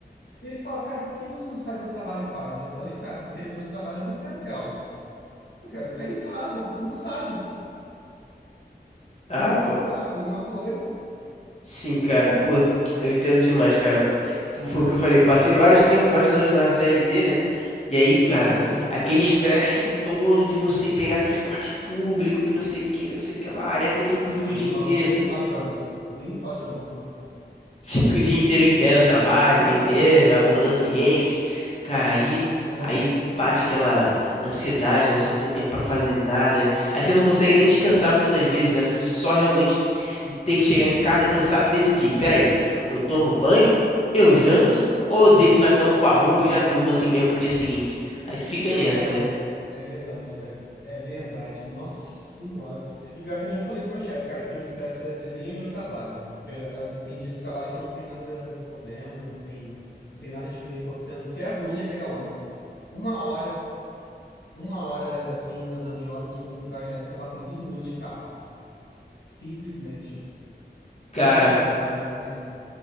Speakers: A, on the left (about 75°); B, on the left (about 40°).
A: Ele fala, cara, por que você não sai do trabalho e faz? Eu falei, cara, porque depois do trabalho eu não quero ter aula. Eu quero ficar em casa, eu tô cansado.
B: Ah,
A: Quer descansar,
B: pô.
A: comer alguma coisa.
B: Sim, cara, pô, eu entendo demais, cara. Pô, Foi o que eu falei, eu passei vários tempos, vários anos na CLT, né? E aí, cara,
A: Uhum.
B: aquele estresse todo de você pegar transporte público, que não sei o que, que não sei o que lá, e atende público
A: Sim,
B: o dia
A: nossa,
B: inteiro.
A: nem me fala de ônibus. Nem me fala de ônibus, mano.
B: Fico o dia inteiro em pé no trabalho, vendendo, abordando cliente. Cara, aí,
A: Hum,
B: aí bate aquela ansiedade, né? Você não tem tempo pra fazer nada. Aí você não consegue
A: sim.
B: nem descansar muitas das vezes, né? Você só realmente tem que chegar em casa cansado e decidir. Peraí, eu tomo banho, eu janto, ou eu deito na cama com a roupa e já durmo assim mesmo pro dia seguinte. Aí tu fica nessa,
A: Cara,
B: né?
A: é verdade, velho. É verdade. Nossa senhora. E pior que eu já falei pro meu chefe, cara, o que me estressa às vezes nem é meu trabalho. Porque, ah, tem dias de trabalho que não tem nada, não tem problema, não tem, não tem nada de ruim acontecendo. O que é ruim é pegar ônibus. Uma hora, uma hora assim, andando de ônibus pra um projeto que eu faço em 15 minutos de carro. Simplesmente.
B: Cara,
A: Simplesmente, cara, horrível.